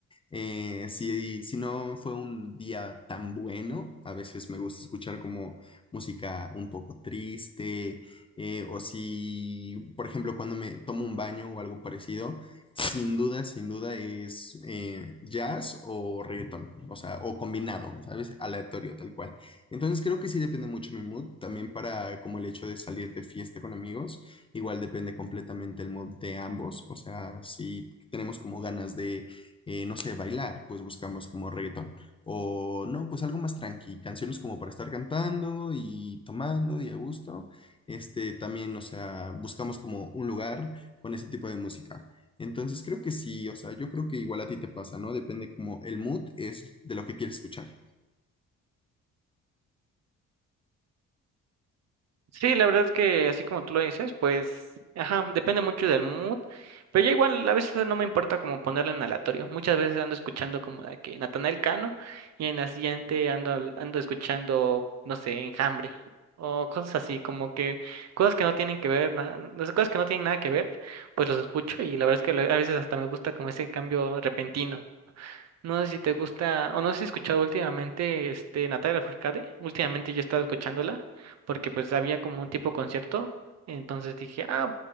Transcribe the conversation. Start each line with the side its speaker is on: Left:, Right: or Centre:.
Left: Eh, si, si no fue un día tan bueno, a veces me gusta escuchar como música un poco triste, eh, o si, por ejemplo, cuando me tomo un baño o algo parecido, sin duda, sin duda es eh, jazz o reggaetón, o sea, o combinado, ¿sabes? Aleatorio, tal cual. Entonces creo que sí depende mucho mi mood, también para como el hecho de salir de fiesta con amigos, igual depende completamente el mood de ambos, o sea, si tenemos como ganas de eh, no sé, bailar, pues buscamos como reggaetón. O no, pues algo más tranqui, canciones como para estar cantando y tomando y a gusto. Este, también, o sea, buscamos como un lugar con ese tipo de música. Entonces creo que sí, o sea, yo creo que igual a ti te pasa, ¿no? Depende como el mood es de lo que quieres escuchar.
Right: Sí, la verdad es que así como tú lo dices, pues, ajá, depende mucho del mood, pero ya igual a veces no me importa como ponerle en aleatorio. Muchas veces ando escuchando como de que Natanael Cano y en la siguiente ando al- ando escuchando, no sé, Enjambre o cosas así, como que cosas que no tienen que ver, na- las cosas que no tienen nada que ver, pues los escucho y la verdad es que lo- a veces hasta me gusta como ese cambio repentino. No sé si te gusta, o no sé si has escuchado últimamente este Natalia Furcade. Últimamente yo he estado escuchándola, porque pues había como un tipo concierto. Entonces dije, ah,